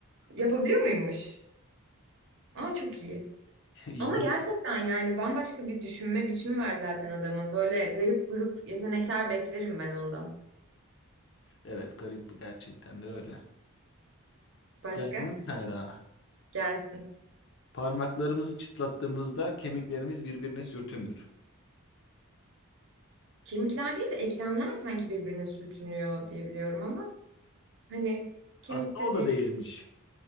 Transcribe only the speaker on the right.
Yapabiliyor muymuş? Aa çok iyi.
Ama gerçekten yani bambaşka bir düşünme biçimi var zaten adamın. Böyle garip grup yetenekler beklerim ben ondan.
Başka?
Gelsin.
Kemikler değil de eklemler sanki birbirine sürtünüyor diye biliyorum ama hani kemikte
değil,